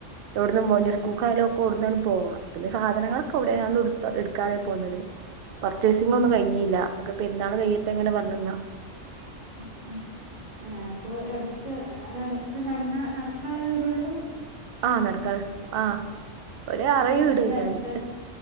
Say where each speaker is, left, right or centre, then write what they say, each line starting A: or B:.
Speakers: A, on the right; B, on the right.
A: എവിടന്നും പോവ ഇഞ്ഞ് സ്കൂൾക്കായലൊക്കെ ഓടുന്നയാലും പോവാ പിന്നെ സാധനങ്ങളൊക്കെ
B: ആഹ്
A: അവിടെയന്ന് എടുക്കാതെ പോന്നത്. പർച്ചേസിംഗ്
B: ഉം
A: ഒന്നും കഴിഞ്ഞീല്ല അതൊകെ പെരുന്നാള് കഴിയിട്ടെ ഇങ്ങനെ പറഞ്ഞ് നിന്ന താ.
B: <unintelligible> ഉ ഉ ആ അപ്പൊ എടുത്ത് നടക്ക് നടന്ന നടക്കാനുള്ള ദൂ രൊള്ളൂ?
A: ആഹ് നടക്കാൻ ആഹ് ഒര് ആറേഴു
B: അതെന്താ
A: വിടഴിഞ്ഞാല്
B: ഇങ്ങനെ അടുത്ത്